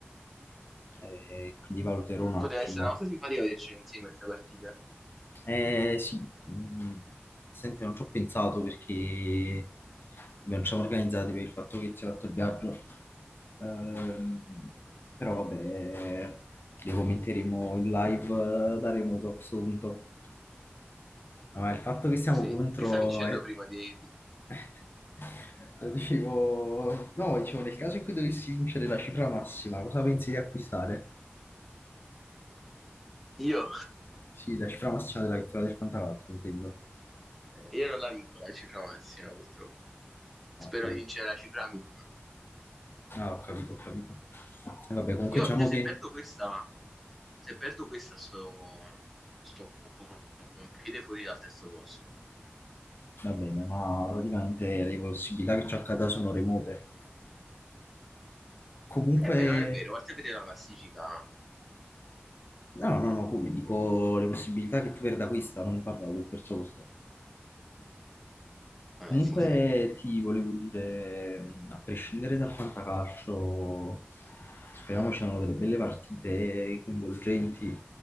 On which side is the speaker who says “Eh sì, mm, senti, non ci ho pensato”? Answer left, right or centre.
Left